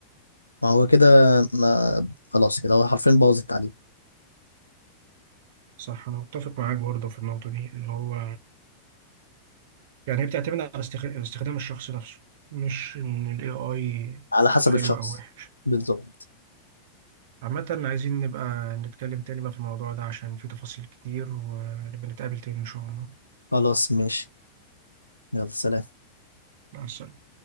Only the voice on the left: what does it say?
ما هو كده ما خلاص كده هو حرفيا بوظ التعليم
على حسب
الشخص
بالظبط
خلاص ماشي يلا سلام